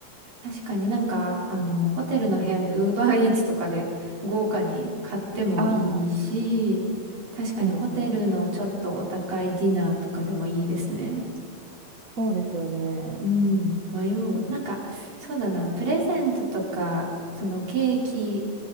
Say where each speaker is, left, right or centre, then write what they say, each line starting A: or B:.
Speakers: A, on the right; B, on the right.
A: 確かになんか、あの、ホテルの部屋でウーバーイーツとかで豪華に買ってもいいし、
B: ああ、
A: 確かにホテルのちょっとお高いディナーとかでもいいですね。
B: いいですね。そうですよね。
A: うん、迷う。なんか、そうだな、プレゼントとか、そのケーキ、